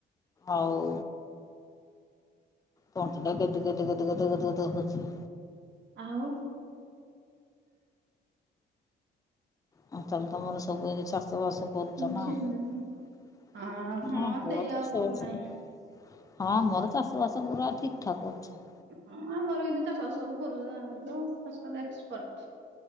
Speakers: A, on the left (about 15°); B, on the right (about 65°).
A: ଆଉ ତଣ୍ଟି ଟା ଗେଦେ ଗେଦେ ଗେଦେ ଗେଦେ ଗେଦେ ଗଦ ଗଦ ହଉଚି।
B: ଆଉ
A: <unintelligible> ତମର ସବୁ ଏଇ ଚାଷବାସ କରୁଛ
B: ଅ
A: ନା ହ
B: ହଁ ସେଇ
A: <unintelligible>
B: ଆଉ କଣ ନାହିଁ ହଁ
A: ହଁ ମୋର ଚାଷବାସ ପୁରା ଠିକ୍ ଠାକ୍ ଅଛି।
B: ହଁ ଆମର ଏମିତି ଚାଷ ବାସ ସବୁ <unintelligible> ଏକ୍ସପର୍ଟ।